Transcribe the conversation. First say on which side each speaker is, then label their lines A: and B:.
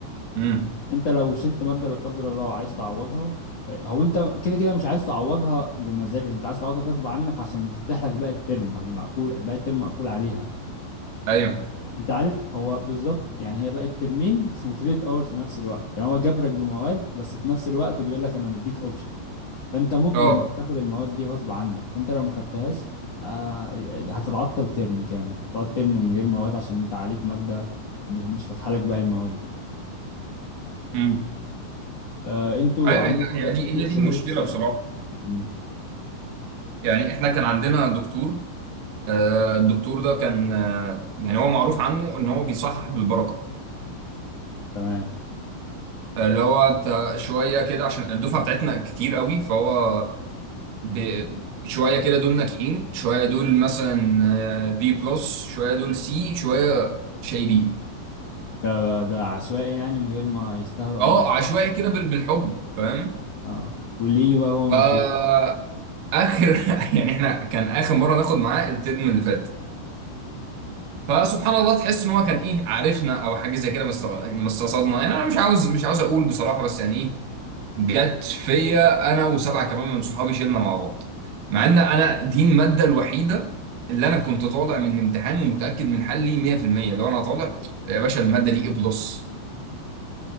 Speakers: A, on the right; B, on the left.
A: امم
B: انت لو شلت مادة لا قدر الله وعايز تعوضها هو انت كده كده مش عايز تعوضها بمزاجك انت عايز تعوضها غصب عنك عشان يفتح لك باقي الترم ما هي مقفول باقي الترم مقفول عليها
A: ايوه
B: انت عارف هو بالظبط يعني هي بقت ترمين <laughs> وكريدت اور في نفس الوقت يعني هو جبرك بمواد بس في نفس الوقت بيقول لك انا مديك اوبشن فانت مجبر
A: اه
B: انك تاخد المواد دي غصب عنك فانت لو ما خدتهاش آه هتتعطل ترم كامل تقعد ترم من غير مواد عشان انت عليك ماده مش مش فاتحه لك باقي المواد دي
A: امم
B: آه انتوا
A: ايوه
B: عندكم
A: هي دي
B: في فليكسبيليتي
A: هي دي المشكله
B: شويه
A: بصراحه
B: امم
A: يعني احنا كان عندنا دكتور آه، الدكتور ده كان آه، يعني هو معروف عنه ان هو بيصحح بالبركه
B: تمام
A: آه، اللي هو انت شويه كده عشان الدفعه بتاعتنا كتير قوي فهو ب- شويه كده دول ناجحين شويه دول مثلا بي بلس شويه دول سي شويه شايبين
B: ده ده عشوائي يعني من غير ما يستاهلوا او
A: اه
B: ما يستاهلوا
A: عشوائي كده بال- بالحب فاهم
B: اه واللي يجي بقى هو
A: فاخر
B: نصيب
A: <laughs> يعني احنا كان اخر مره ناخد معاه الترم اللي فات فسبحان الله تحس ان هو كان ايه عارفنا او حاجه زي كده بس مستصدنا يعني انا مش عاوز مش عاوز اقول بصراحه بس يعني ايه جت فيا انا وسبعه كمان من صحابي شلنا مع بعض مع ان انا دي الماده الوحيده اللي انا كنت طالع من الامتحان ومتاكد من حلي 100% لو انا طالع يا باشا الماده دي ايه بلس